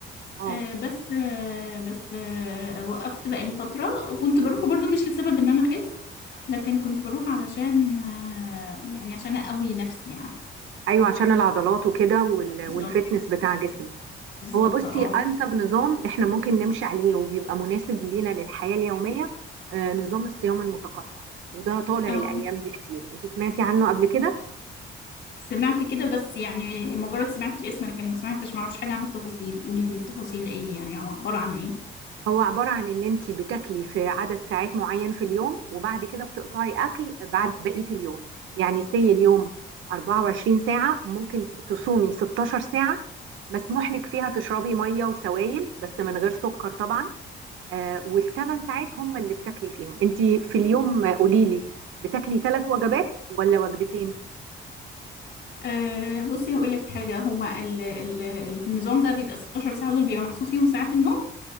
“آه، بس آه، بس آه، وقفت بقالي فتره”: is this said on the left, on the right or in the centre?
Left